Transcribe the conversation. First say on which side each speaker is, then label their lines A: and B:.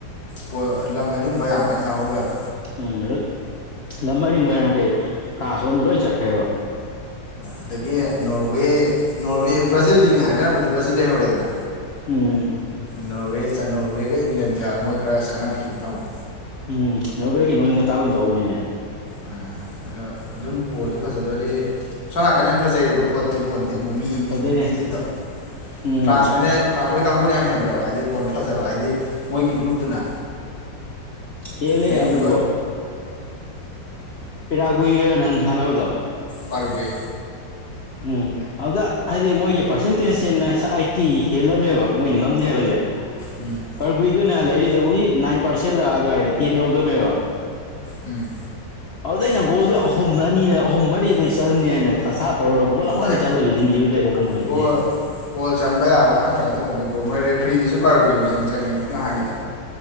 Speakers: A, on the left (about 75°); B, on the left (about 40°).
A: ꯄ ꯂꯝ ꯑꯔꯤꯡꯕ ꯌꯥꯝ ꯀꯟꯅ ꯌꯥꯎꯍꯧꯗꯕ
B: ꯎꯝꯗ ꯂꯝ ꯑꯔꯤꯡꯕ ꯃꯈꯩ ꯐ꯭ꯔꯥꯟꯁꯂꯣꯝꯗ ꯂꯣꯏ ꯆꯠꯈ꯭ꯔꯦꯕ
A: ꯑꯗꯒꯤ ꯅꯣꯔꯋꯦ ꯅꯣꯔꯋꯦ ꯕ꯭ꯔꯥꯖꯤꯜ ꯂꯤꯡꯉꯦ ꯍꯥꯏꯅꯔꯝꯕꯗꯣ ꯕ꯭ꯔꯥꯖꯤꯜꯗ ꯂꯩꯍꯧꯔꯦꯗꯅ
B: ꯎꯝ
A: ꯅꯣꯔꯋꯦ ꯅꯣꯔꯋꯦꯒ ꯏꯪꯂꯦꯟꯒ ꯃꯣꯏ ꯈꯔ ꯆꯪꯉꯛꯈꯤꯕꯒꯨꯝ ꯇꯧꯋꯦ
B: ꯎꯝ ꯅꯣꯔꯋꯦꯒꯤ ꯅꯣꯏ ꯉꯇꯥꯒꯨꯝ ꯇꯧꯕꯅꯤꯅꯦ
A: ꯑ ꯑꯗꯨꯝ ꯕꯣꯜꯗꯤ ꯐꯖꯗꯣꯔꯤ ꯁꯣꯅꯥꯀꯗ ꯍꯅ ꯐꯖꯩꯌꯦꯕ ꯄꯣꯠꯇꯤ ꯕꯣꯜ ꯑꯃꯨ ꯃꯤ
B: ꯐꯖꯩꯍꯦ
A: ꯃꯤ ꯊꯤꯠꯇ
B: ꯎꯝ
A: ꯐ꯭ꯔꯥꯟꯁ ꯍꯣꯏꯅ ꯐ꯭ꯔꯥꯟꯁ ꯍꯣꯏꯒꯤ ꯀꯥꯡꯕꯨꯅ ꯌꯥꯝ ꯍꯦꯟꯗ꯭ꯔꯣ ꯍꯥꯏꯗꯤ ꯕꯣꯟꯗꯨ ꯐꯖꯕ ꯍꯥꯏꯗꯤ ꯃꯣꯏꯒꯤ ꯒ꯭ꯔꯨꯞꯇꯨꯅ
B: ꯍꯦꯜꯂꯦ
A: ꯂꯤꯡꯕ
B: ꯑꯗꯨꯕꯨ ꯄꯦꯔꯥ ꯀꯨꯏꯒꯦꯔꯥ ꯅꯍꯥꯟ ꯁꯥꯟꯅꯕꯗꯣ
A: ꯄꯥꯔꯨꯒꯦ꫰꫰
B: ꯎꯝ꯫ ꯑꯗꯨꯗ ꯍꯥꯏꯗꯤ ꯃꯣꯏꯒꯤ ꯄꯥꯔꯁꯦꯟꯇꯦꯖꯁꯦ ꯑꯥꯏꯇꯤ ꯍꯦꯜꯂꯝꯃꯦꯕ ꯃꯣꯏꯅ ꯉꯝꯅꯤ ꯍꯥꯏꯕꯁꯦ꯫
A: ꯎꯝ꯫
B: ꯄꯔꯒꯨꯏꯗꯨꯅ ꯂꯩꯔꯤꯁꯦ ꯑꯣꯡꯂꯤ ꯅꯥꯏꯟ ꯄꯥꯔꯁꯦꯟ ꯂ ꯑꯗꯨꯋꯥꯏꯗ ꯇꯦꯟ ꯌꯧꯗꯗꯝꯅꯦꯕ꯫
A: ꯎꯝ꯫
B: ꯑꯗꯨꯗ ꯑꯩꯅ ꯒꯣꯜꯁꯦ ꯑꯍꯨꯝ ꯑꯅꯤꯅ ꯑꯍꯨꯝ ꯃꯔꯤꯗꯩ ꯆꯜꯅꯦ ꯍꯥꯏꯅ ꯑꯁꯥ ꯇꯧ ꯒꯣꯠ ꯑꯃꯈꯀ
A: ꯑꯦ
B: ꯆꯠꯂ ꯂꯣꯏꯁꯤꯟꯈꯤꯕꯗ ꯑꯩ ꯋꯥꯈꯜ ꯅꯨꯡꯉꯇꯦ
A: ꯒꯣꯜ ꯒꯣꯜ ꯆꯟꯕ ꯌꯥꯕ ꯃꯌꯥꯝ ꯈꯔ ꯇꯧꯅꯤꯗꯣ ꯕꯣ ꯃꯣꯏ ꯔꯦꯐ꯭ꯔꯤꯗꯁꯨ ꯄꯥꯔꯨ ꯒꯦꯝꯁ ꯆꯪꯉꯕꯣ ꯅꯍꯥꯟꯒꯤꯗ